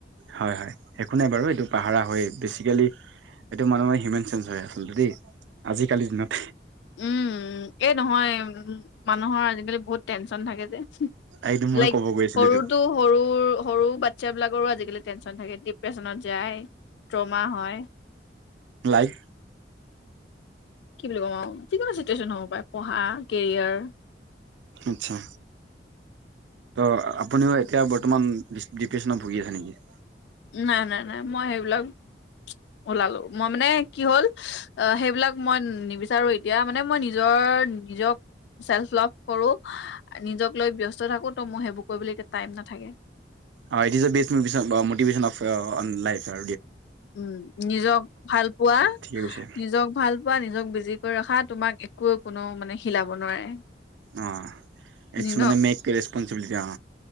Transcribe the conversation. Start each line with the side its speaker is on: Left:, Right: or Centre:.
Right: হয় হয়। একো নাই বাৰু এইটো পাহাৰা হয়, বেছিকেলি এইটো মানুহে হিউমেন চেঞ্জ হয় আচলতে দেই আজিকালিৰ দিনত
Left: উম এই নহয় উ মানুহৰ আজিকালি বহুত টেনচন থাকে যে
Right: এইটো মই
Left: লাইক
Right: ক'ব গৈছিলো
Left: কৰোটো
Right: এইটো
Left: সৰু সৰু বাচ্ছাবিলাকৰো আজিকালি টেনচন থাকে ডিপ্ৰেশ্যনত যায় ট্ৰমা হয়
Right: লাইক
Left: কি বুলি ক'ম আৱ যি কোনো চিটুৱেচন হ'ব পাৰে পঢ়া কেৰিয়াৰ
Right: আচ্ছা ত' আপুনিও এতিয়া বৰ্তমান ডিপ্ৰেচনত ভুগি আছে নেকি
Left: নাই নাই নাই মই সেইবিলাক ওলালো মই মানে কি হ'ল অ সেইবিলাক মই নিবিচাৰো এতিয়া মানে মই নিজৰ নিজক চেল্ফ লভ কৰো নিজক লৈ ব্যস্ত থাকো ত মোৰ সেইবোৰ কৰিবলে টাইম নাথাকে
Right: অ it is a be motivation of হয় অন লাইফৰ
Left: উম নিজক ভাল পোৱা
Right: ঠিকে কৈছে
Left: নিজক ভাল পোৱা নিজক বিজি কৰি ৰখা তোমাক একোৱে কোনো মানে হিলাব নোৱাৰে
Right: অ ইটছ
Left: নিজ
Right: মানে মেক ৰেছপঞ্চবিলিটি অ